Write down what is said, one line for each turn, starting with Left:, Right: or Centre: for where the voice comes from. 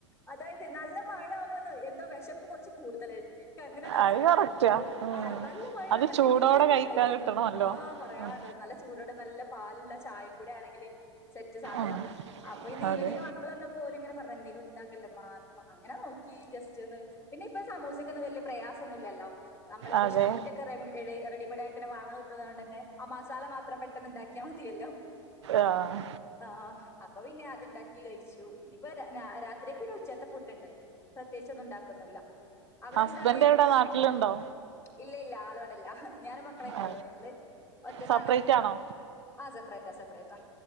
Left: അതായതെ നല്ല മഴ ആവുമ്പോ എന്തോ വിശപ്പ് കുറച്ച് കൂടുതലാ എനിയ്ക്ക് അങ്ങനെ ഒരു അസുഖ
Right: അത് കറക്റ്റാ
Left: ന
Right: ഉം
Left: ആഹ് നല്ല മഴയാവുമ്പേ
Right: അത്
Left: എന്തെങ്കിലൊക്കെ
Right: ചൂടോടെ
Left: കഴിക്കാൻ
Right: കിട്ടണല്ലോ
Left: തോന്നും ആഹ് പറയാൻണ്ടോ
Right: ഉം
Left: നല്ല ചൂടോടെ നല്ല പാലുള്ള ചായ കൂടാണെങ്കിൽ സെറ്റ് സാധനം
Right: ഉം
Left: അപ്പൊ ഇന്നീവനിങ്ങ്
Right: അതെ
Left: വ മക്കൾ വന്നപ്പോ ഓരിങ്ങനെ പറഞ്ഞ് എന്തേങ്കിലും ഉണ്ടാക്കല്ലെമ്മാ അങ്ങനെ നോക്കി ജസ്റ്റ് ഒന്ന് പിന്നെ ഇപ്പ സമൂസക്കൊന്നും വല്യ പ്രയാസം ഒന്നൂല്ലല്ലോ നമ്മളിപ്പോ
Right: അതെ
Left: ഷീറ്റ് ഒക്കെ റെമ ളെ റെഡിമെയ്ഡ് ആയിട്ടന്നെ വാങ്ങാൻ കിട്ടന്നതുകൊണ്ട് തന്നെ ആഹ് മസാല മാത്രം പെട്ടെന്ന് ഉണ്ടാക്കിയാൽ മതിയല്ലോ
Right: ആഹ്
Left: ആഹ് അപ്പൊ പിന്നെ അതുണ്ടാക്കി കഴിച്ചു ഇനിയിപ്പ രാ രാത്രിക്ക് പിന്നെ ഉച്ചത്തെ ഫുഡ് ഉണ്ട് പ്രത്യേകിച്ചൊന്നും ഉണ്ടാക്കുന്നൂല്ല അവിടെ എന്താണ്
Right: ഹസ്ബന്റ് ഇവിടെ നാട്ടിലുണ്ടോ
Left: ഇല്ല ഇല്ല ആളു ഇവിടല്ല ഞാനും മക്കളും തെന്നെയുള്ളൂ
Right: ആ
Left: ഞങ്ങള് ഒറ്റക്കാണ്
Right: സെപ്പറേറ്റ് ആണോ
Left: ആഹ് സെപ്പറേറ്റാ സെപ്പറേറ്റാ